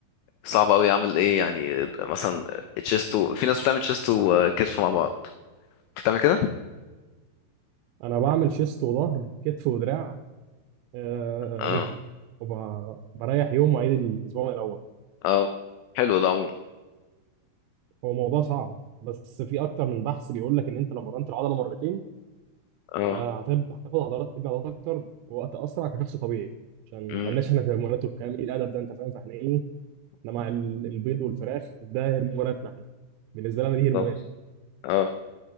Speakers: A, on the left (about 85°); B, on the right (about 85°).
A: صعب قوي اعمل ايه يعني مثلا تشيستو في ناس بتعمل تشيستو وكتف مع بعض بتعمل كده
B: انا بعمل شيست وظهر كتف ودراع آه،
A: اه
B: رجل وبريح يوم واعيد الاسبوع من الاول
A: اه حلو ده عموما
B: هو موضوع صعب بس في اكتر من بحث بيقول لك ان انت لو مرنت العضله مرتين
A: اه
B: آه، هتب- هتاخد عضلات هتبني عضلات اكتر وقت اسرع كشخص طبيعي عشان
A: امم
B: مالناش احنا في هرمونات والكلام ايه الادب ده انت فاهم فاحنا ايه ده مع ال- البيض والفراخ ده هرموناتنا احنا بالنسبه لي انا دي هرموناتي
A: طب اه